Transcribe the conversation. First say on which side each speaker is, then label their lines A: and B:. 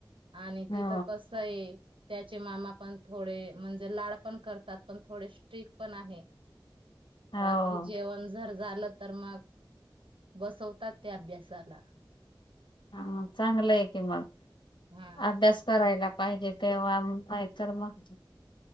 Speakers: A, on the right; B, on the left.
A: आणि
B: हो
A: तिथं कस आहे त्याचे मामा पण? थोडे म्हणजे लाड पण करतात पण थोडेसे स्ट्रिक पण आहे.
B: हो
A: रात्री जेवण जर झालं तर मग बसवतात ते अभ्यासाला.
B: हा चांगलं आहे कि मग
A: हा.
B: अभ्यास करायला पाहिजे तेव्हा माहीत तर मग